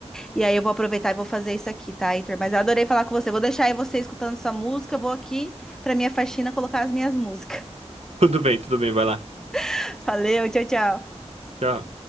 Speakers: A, in the centre; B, on the right.
A: E aí eu vou aproveitar e vou fazer isso aqui, tá, Heitor? Mas eu adorei falar com você. Vou deixar aí você escutando sua música, vou aqui pra minha faxina colocar as minhas músicas.
B: <laughs> Tudo bem, tudo bem, vai lá.
A: <laughs> Valeu, tchau, tchau.
B: Tchau.